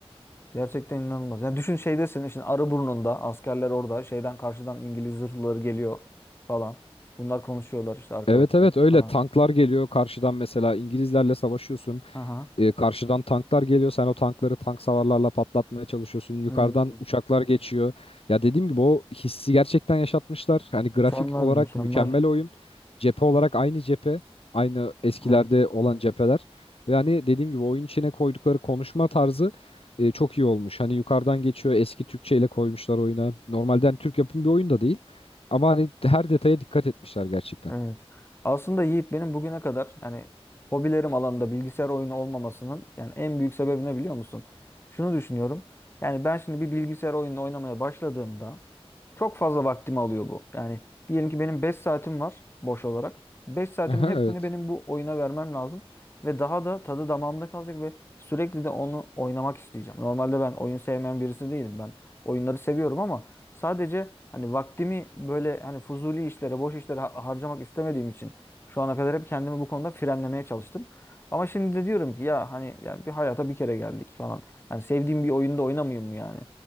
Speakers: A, on the left; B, on the left.
A: Gerçekten inanılmaz. Yani düşün şeydesin şimdi Arıburnu'nda askerler orada şeyden karşıdan İngiliz zırhlıları geliyor falan. Bunlar konuşuyorlar işte arkadaşlar.
B: Evet evet öyle
A: Ha.
B: tanklar geliyor karşıdan mesela İngilizlerle savaşıyorsun.
A: Aha.
B: E, karşıdan tanklar geliyor. Sen o tankları tank savarlarla patlatmaya çalışıyorsun. Yukarıdan
A: Hmm.
B: uçaklar geçiyor. Ya dediğim gibi o hissi gerçekten yaşatmışlar. Hani grafik
A: Mükemmel
B: olarak
A: mükemmel.
B: mükemmel oyun. Cephe olarak aynı cephe. Aynı eskilerde
A: Evet.
B: olan cepheler. Ve hani dediğim gibi oyun içine koydukları konuşma tarzı e, çok iyi olmuş. Hani yukarıdan geçiyor. Eski Türkçe ile koymuşlar oyuna. Normalden Türk yapımı bir oyun da değil. Ama hani her detaya dikkat etmişler gerçekten.
A: Evet. Aslında Yiğit benim bugüne kadar yani hobilerim alanında bilgisayar oyunu olmamasının yani en büyük sebebi ne biliyor musun? Şunu düşünüyorum. Yani ben şimdi bir bilgisayar oyununu oynamaya başladığımda çok fazla vaktimi alıyor bu. Yani diyelim ki benim 5 saatim var boş olarak. Beş saatimin
B: Aha,
A: hepsini
B: evet.
A: benim bu oyuna vermem lazım ve daha da tadı damağımda kalacak ve sürekli de onu oynamak isteyeceğim. Normalde ben oyun sevmeyen birisi değilim. Ben oyunları seviyorum ama Sadece hani vaktimi böyle hani fuzuli işlere, boş işlere ha- harcamak istemediğim için şu ana kadar hep kendimi bu konuda frenlemeye çalıştım. Ama şimdi de diyorum ki ya hani yani bir hayata bir kere geldik falan. Hani sevdiğim bir oyunda oynamayayım mı yani